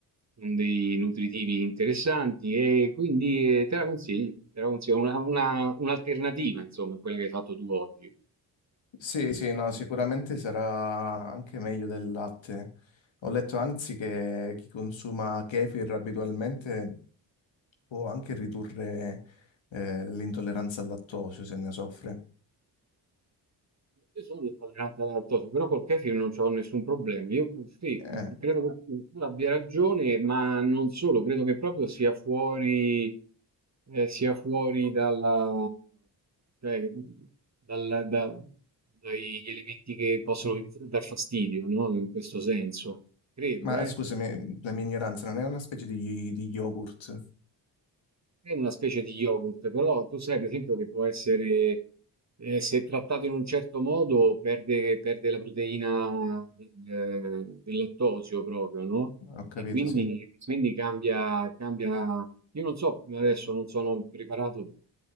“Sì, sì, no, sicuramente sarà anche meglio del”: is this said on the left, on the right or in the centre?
Left